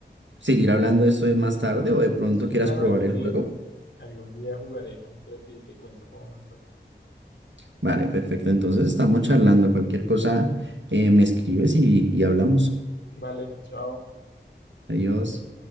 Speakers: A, on the right (about 85°); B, on the left (about 85°).
A: seguir hablando de esto de más tarde o de pronto
B: Sí,
A: quieras
B: claro,
A: probar
B: algún
A: el
B: día,
A: juego.
B: algún día jugaré Minecraft y te cuento cómo me fue.
A: Vale, perfecto. Entonces estamos charlando. Cualquier cosa eh, me escribes y, y hablamos.
B: Vale, chao.
A: Adiós.